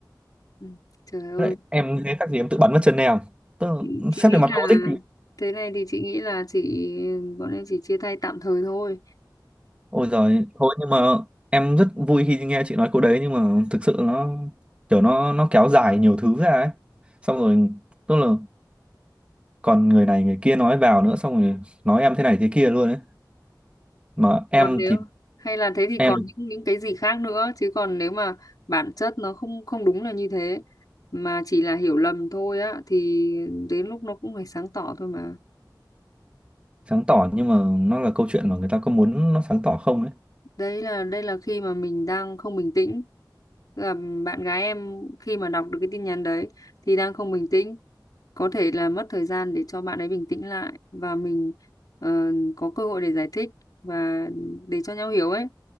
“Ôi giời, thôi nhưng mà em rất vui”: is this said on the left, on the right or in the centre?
Right